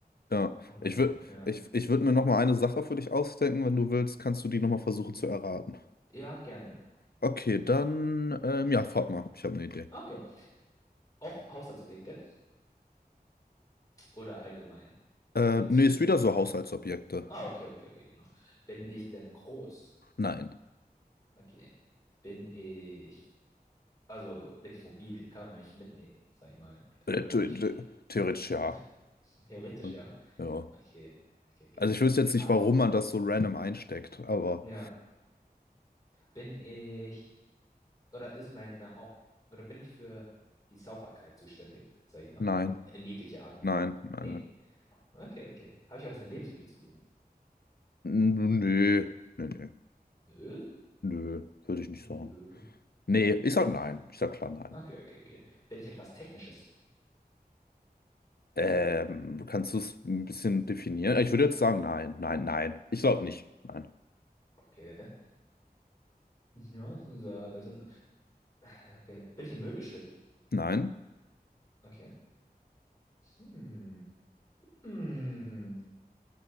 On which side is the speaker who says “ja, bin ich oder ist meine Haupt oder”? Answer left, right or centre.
Left